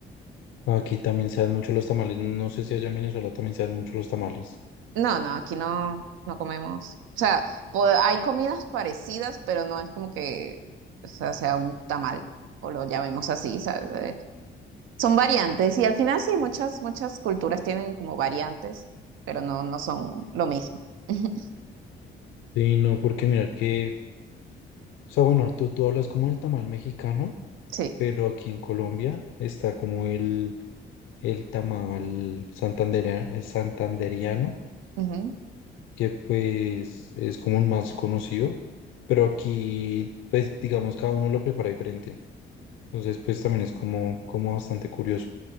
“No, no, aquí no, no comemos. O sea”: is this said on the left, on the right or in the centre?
Right